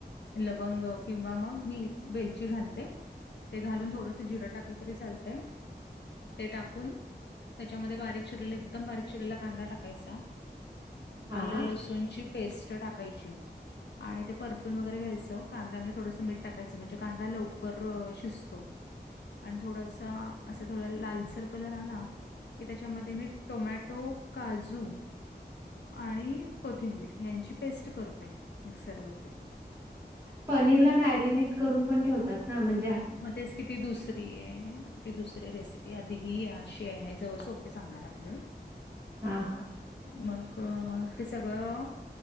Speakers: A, on the left; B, on the right.
A: लवंग किंवा मग मी वेलची घालते. ते घालून थोडंस जिरं टाकलं तरी चालतय. ते टाकून त्याच्यामध्ये बारीक चिरलेले एकदम बारीक चिरलेला कांदा टाकायचा.
B: हा
A: आलं लसूणची पेस्ट टाकायची. आणि ते परतून वगैरे घ्यायचं कांद्यामध्ये थोडंसं मीठ टाकायचं म्हणजे कांदा लवकर शिजतो. आणि थोडासा असा थोडा लालसर कलर आला की त्याच्यामध्ये मी टोमॅटो, काजू आणि कोथिंबीर यांची पेस्ट करते मिक्सरवरती
B: पनीरला मॅरिनेट करून पण ठेवतात ना म्हण
A: म तेच की ती दुसरी ये. की दुसरी रेसिपी ये आधी ही अशी ये हाय जवळ सोपी सांगांय लागले
B: हां हां
A: मग ते सगळं